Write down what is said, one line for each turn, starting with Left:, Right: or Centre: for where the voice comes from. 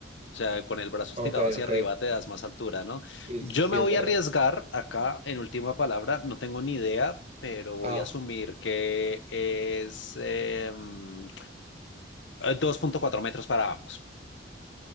Left: O sea, con el brazo
Right: Ok,
Left: estirado hacia
Right: ok.
Left: arriba te das más altura, ¿no?
Right: Sí,
Left: Yo
Right: sí, sí,
Left: me
Right: es
Left: voy
Right: verdad.
Left: a arriesgar acá en última palabra, no tengo ni idea, pero voy
Right: Ah,
Left: a asumir que es... em, Eh, dos punto cuatro metros para ambos.